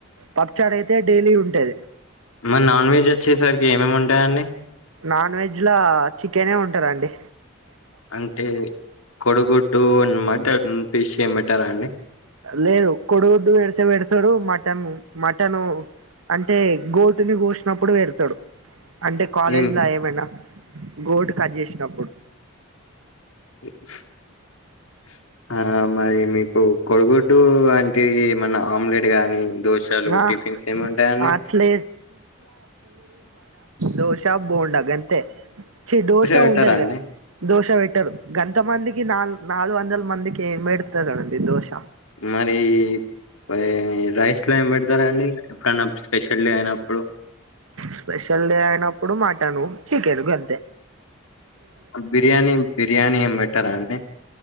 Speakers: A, on the right (about 75°); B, on the left (about 75°).
A: పప్పు చార్ అయితే డైలీ ఉంటది
B: మరి నాన్ వెజ్ వచ్చేసరికి ఏమేమి ఉంటాయాండి
A: నాన్ వెజ్ ల చికెనే ఉంటదండి
B: అంటే కొడుగుడ్డు మటన్ ఫిష్ ఏం పెట్టరా అండి
A: లేదు కొడుగుడ్డు పెడితేే పెడతారూ మటన్ మటన్ అంటే గోటుని కోసినప్పుడు పెడతారు అంటే కాలేజ్లో
B: ఇం
A: ఏమయినా గోటును కట్ చేసినప్పుడు
B: <inaudible> ఆడా మరి మీకు కోడుగుడ్డూ అంటే ఏమన్నా ఆమ్లెట్ గానీ దోశలు
A: ఆ
B: టిఫిన్స్ ఏముంటయని
A: అట్లే దోశా బోండా గంతే చి దోశ
B: పెట్టారా
A: ఉండదిగా
B: అండి
A: దోశ వెట్ టరు గంత మందికి నాలు నాలుగు వందల మందికి ఏం బెడతారు అండి దోష
B: మరీ ఈ రైస్ లో ఏం బెడతారండి అన్నం స్పెషల్ డే అయినప్పుడు
A: స్పెషల్ డే అయినప్పుడు మాటను చికెన్ గంతె
B: బిర్యానీ బిర్యానీ ఏం బెట్టరా అండి